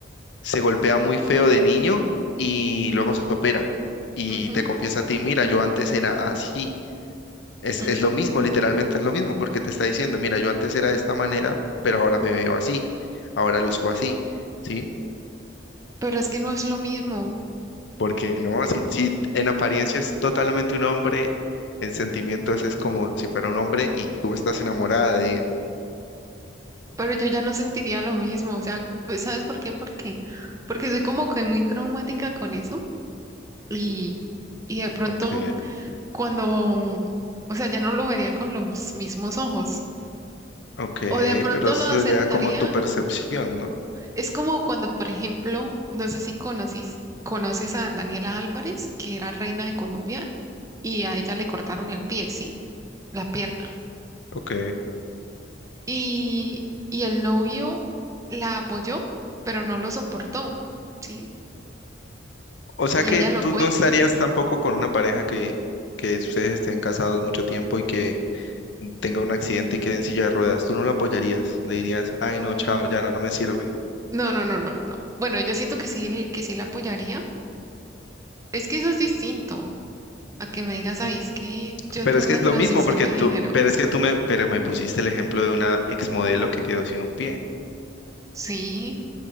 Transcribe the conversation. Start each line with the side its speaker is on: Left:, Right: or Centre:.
Left: se golpea muy feo de niño y luego se opera y
Right: Ujú,
Left: te confiesa a ti, mira, yo antes era así. Es,
Right: ujú.
Left: es lo mismo, literalmente es lo mismo, porque te está diciendo, mira, yo antes era de esta manera, pero ahora me veo así, ahora luzco así, ¿sí?
Right: Pero es que no es lo mismo,
Left: Porque no, si, si en apariencia es totalmente un hombre, en sentimientos es como si fuera un hombre y tú estás enamorada de él.
Right: pero yo ya no sentiría lo mismo, o sea, pues, ¿sabes por qué? Porque, porque soy como que muy traumática con eso. Y, y de pronto
Left: Ok,
Right: cuando, o sea, ya no lo vería con los mismos ojos.
Left: ok,
Right: O de pronto
Left: pero eso
Right: lo aceptaría.
Left: sería como tu percepción, ¿no?
Right: Es como cuando, por ejemplo, no sé si conocís- conoces a Daniela Álvarez, que era reina de Colombia, y a ella le cortaron el pie, ¿sí? La pierna.
Left: Ok.
Right: Y, y el novio la apoyó, pero no lo soportó, ¿sí?
Left: O sea
Right: Y
Left: que
Right: ella
Left: tú
Right: lo cuenta.
Left: no estarías tampoco con una pareja que, que ustedes estén casados mucho tiempo y que tenga un accidente y quede en silla de ruedas. Tú no lo apoyarías, le dirías, ay
Right: Mm,
Left: no, chao, ya no me sirve.
Right: no, no, no, no, no. no. Bueno, yo siento que sí, que sí la apoyaría Es que eso es distinto a que me digas,
Left: N-
Right: ay, es que yo
Left: Pero
Right: tuve
Left: es
Right: una
Left: que es lo
Right: transición
Left: mismo, porque
Right: de
Left: tú,
Right: género.
Left: pero es que tú me, pero me pusiste el ejemplo de una exmodelo que quedó sin un pie.
Right: Sí.